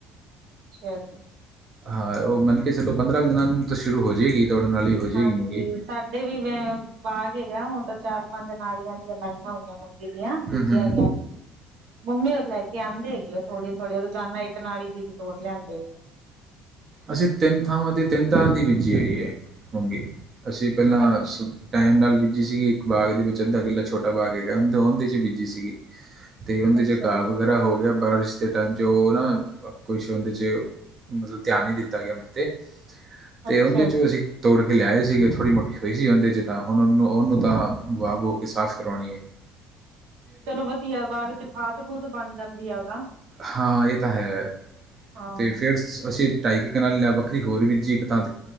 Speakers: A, on the right; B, on the right.
A: ਅੱਛਾ ਜੀ।
B: ਹਾਂ ਉਹ ਮੰਨ ਕੇ ਚਲੋ ਪੰਦਰਾਂ ਕੁ ਦਿਨਾਂ ਨੂੰ ਤਾਂ ਸ਼ੁਰੂ ਹੋ ਜਾਏਗੀ ਦੋੜਨ ਵਾਲੀ ਹੋ ਜਾਏਗੀ
A: ਹਾਂਜੀ
B: ਮੂੰਗੀ
A: ਸਾਡੇ ਵੀ ਬਾਗ ਹੈਗਾ ਹੁਣ ਤਾਂ ਚਾਰ ਪੰਜ ਨਾਲੀਆਂ ਚ ਲਾਈਆਂ ਹੋਈਆਂ ਮੁੜ ਕੇ ਬੀਜੀਆਂ
B: ਹੂੰ ਹੂੰ
A: ਹੋਈਆਂ ਮੰਮੀ ਹੋਰ ਲੈ ਕੇ ਆਂਦੇ ਹੈਗੇ ਆ ਥੋੜੀਆਂ ਥੋੜੀਆਂ ਰੋਜ਼ਾਨਾ ਇੱਕ ਨਾਲ ਹੀ ਦੀਪ ਤੋੜ ਲਿਆਂਦੇ
B: ਅਸੀਂ ਤਿੰਨ ਥਾਵਾਂ ਤੇ ਤਿੰਨ ਥਾਰਾਂ ਦੀ ਬੀਜੀ ਹੋਈ ਹੈ ਮੰੰਗੀ ਅਸੀਂ ਪਹਿਲਾਂ
A: ਅੱਛਾ,
B: ਸ਼ੁਭ ਟਾਈਮ ਨਾਲ ਬੀਜੀ ਸੀਗੀ ਇੱਕ ਬਾਗ ਦੇ ਵਿੱਚ ਅੱਧਾ ਕਿੱਲਾ ਛੋਟਾ ਬਾਗ ਹੈਗਾ ਉਹਦੇ ਚ ਬੀਜੀ ਸੀਗੀ ਤੇ ਉਹਦੇ
A: ਅੱਛਾ
B: ਚ ਘਾਹ
A: ਜੀ,
B: ਵਗੈਰਾ ਹੋ ਗਿਆ ਬਾਰਿਸ਼ ਦੇ ਟਾਈਮ ਉਹ ਨਾ ਕੁਛ ਉਹਦੇ ਚ ਮਤਲਬ ਧਿਆਨ ਨੀ ਦਿੱਤਾ ਗਿਆ ਉਦੇ ਤੇ
A: ਅੱਛਾ
B: ਉਨੇ ਚੋਂ
A: ਜੀ।
B: ਅਸੀਂ ਤੋੜ ਕੇ ਲਿਆਏ ਸੀਗੇ ਥੋੜੀ ਮੋਟੀ ਹੋਈ ਸੀ ਉਹਦੇ ਚ ਤਾਂ ਹੁਣ ਉਹਨੂੰ ਉਹਨੂੰ ਤਾਂ ਵਾਹ ਬ ਹੋ ਕੇ ਸਾਫ਼ ਕਰਾਣੀ ਏ <inaudible>
A: ਚਲੋ ਵਧੀਆ ਬਾਗ ਵਚ ਖਾਤ ਖੂਤ ਬਣ ਜਾਂਦੀ ਆ ਉਹ ਤਾ
B: ਹਾਂ ਏ ਤਾਂ ਹੈ
A: ਹਾਂ।
B: ਤੇ ਫਿਰ ਅਸੀਂ ਢਾਈਕ ਕ ਵੱਖਰੀ ਹੋਰ ਵੀਜੀ ਇੱਕ ਥਾਂ